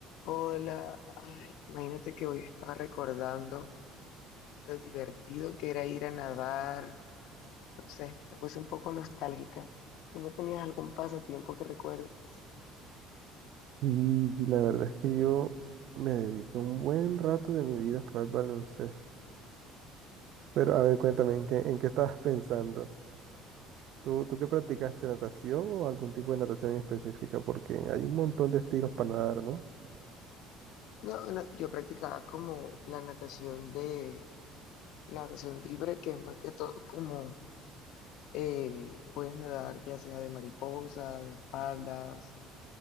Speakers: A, on the left; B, on the right.
A: Hola, ay, imagínate que hoy estaba recordando lo divertido que era ir a nadar. No sé, me puse un poco nostálgica. ¿Tú no tenías algún pasatiempo que recuerdes?
B: Y la verdad es que yo me dediqué un buen rato de mi vida fue al baloncesto. Pero a ver, cuéntame, ¿en qué, en qué estabas pensando? ¿Tú, tú qué practicaste natación o algún tipo de natación en específica? Porque hay un montón de estilos para nadar, ¿no?
A: No, no, yo practicaba como la natación de la natación libre, que es más que todo como eh, puedes nadar ya sea de mariposa, de espaldas,